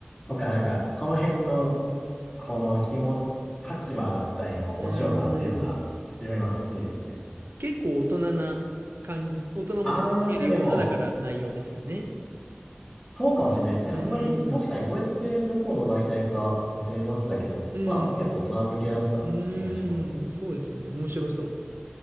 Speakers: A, in the centre; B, on the right.
A: とか、なんか、その辺の、この気も、立場だったりの面白さっていうのが、
B: うーん。
A: 自分は好きですね。
B: 結構大人な感じ、大人も楽しめるような、
A: あー、でも、
B: だから内容ですよね。
A: そうかもしれないですね。
B: うーん、
A: あんまり、確かにこれってどこの媒体か忘れましたけど、
B: うーん、
A: まあ、結構大人向けだった気がします。
B: うーん、そうですね。面白そう。